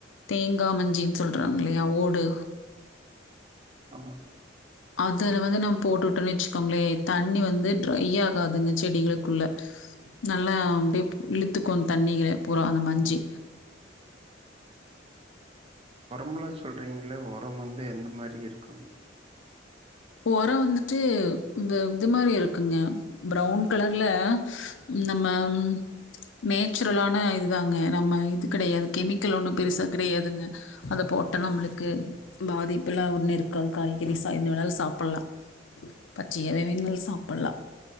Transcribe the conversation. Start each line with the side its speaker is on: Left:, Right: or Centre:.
Left: தேங்கா மஞ்சின்னு சொல்றாங்கில்லையா ஓடு
Right: ஆமாக
Left: அதுல வந்து நம்ம போட்டு விட்டோம்ன்னு வச்சுக்கோங்களே தண்ணி வந்து ட்ரை ஆகாதுங்க செடிகளுக்குள்ள நல்லா அப்டியே இழுத்துக்கு தண்ணில பூரா அந்த மஞ்சி
Right: இவ்ளோ சொல்றீங்ள மாரி இருக்காங்க
Left: உறோ வந்துட்டு இந்த இது மாரி இருக்குங்க ப்ரௌன் கலர்ல நம்ம ம் நேச்சுரலான இதுதாங்க நம்ம இது கெடையாது கெமிக்கல் ஒன்னு பெருசா கிடையாது அத போட்ட நம்மளுக்கு பாதிப்புல்லா ஒண்ணு இருக்காது காய்கறிஸ்க் தா என்ன வேணாலு சாப்புள்ளா பச்சையா <unintelligible> சாப்புள்ளா